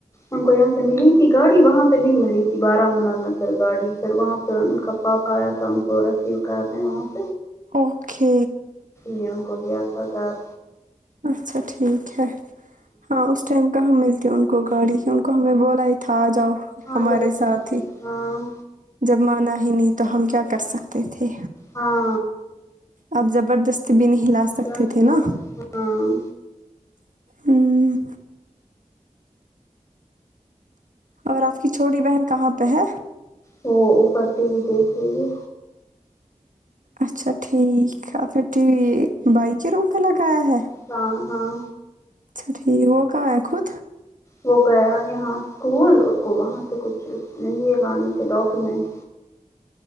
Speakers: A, on the left; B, on the right.
A: ان کو یہاں سے ملی تھی گاڑی وہاں پہ نہیں ملی تھی بارامولہ میں سر گاڑی سر وہاں پہ ان کا پاپا اتھام کوور رسسیو کرنے میںاس
B: اوکے
A: مین کلیہ تھا گھر
B: اچھا ٹھیک ہے ہاں اس ٹائم کہاں مل ت ان کو گاڑی ان کو ہمیں بولا ہی تھا آ جاؤ ہمارے
A: آ جا
B: ساتھ ہی
A: ہاں
B: جب مانا ہی نہیں تو ہم کیا کر سکتے تھے
A: ہاں
B: آپ زبردستی بھی نہیں لا سکتے
A: ہاں
B: تھے نا ہوں اور آپ کی چھوٹی بہن کہاں پہ ہے
A: وہ اوپر ٹی وی دیکھ رہی ہے
B: اچھا ٹھیک آپ نےٹی وی بھائی کے روم پہ لگایا ہے
A: ہاں ہاں
B: اچھا ٹھیک وہ کہاں ہے خود
A: وہ گیا یہاں اسکول اس کو وہاں سے کچھ یہ لانے تھے ڈاکیومینٹ